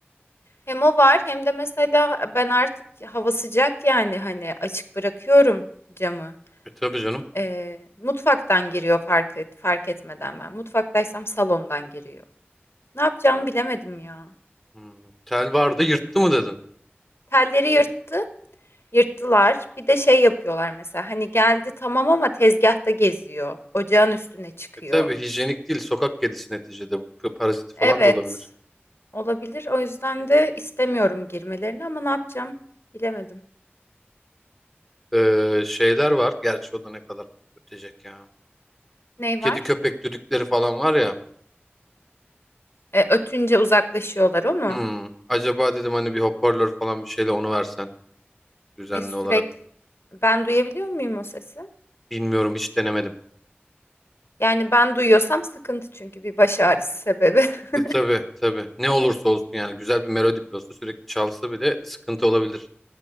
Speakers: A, on the left; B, in the centre.
A: Hem o var hem de mesela ben artık hava sıcak yani hani açık bırakıyorum camı.
B: E tabii canım.
A: Ee, mutfaktan giriyor fark et, fark etmeden ben. Mutfaktaysam salondan giriyor. Ne yapacağımı bilemedim ya.
B: Hmm. Tel vardı yırttı
A: Çünkü
B: mı dedin?
A: Telleri yırttı, yırttılar. Bir de şey yapıyorlar mesela. Hani geldi tamam ama tezgahta geziyor. Ocağın üstüne çıkıyor.
B: E tabii hijyenik değil sokak kedisi neticede bu p- parazit
A: Evet,
B: falan da olabilir.
A: olabilir. O yüzden de istemiyorum girmelerini ama ne yapacağım bilemedim.
B: Ee, şeyler var gerçi o da ne kadar ötecek ya.
A: Ney
B: Kedi
A: var?
B: köpek düdükleri falan var ya.
A: E, ötünce uzaklaşıyorlar o mu?
B: Hmm. Acaba dedim hani bir hoparlör falan bir şeyle onu versen düzenli
A: E, sürekli.
B: olarak.
A: Ben duyabiliyor muyum o sesi?
B: Bilmiyorum hiç denemedim.
A: Yani ben duyuyorsam sıkıntı çünkü bir baş ağrısı sebebi. <laughs>
B: E, tabii tabii. Ne olursa olsun yani güzel bir melodi bile olsa sürekli çalsa bile sıkıntı olabilir.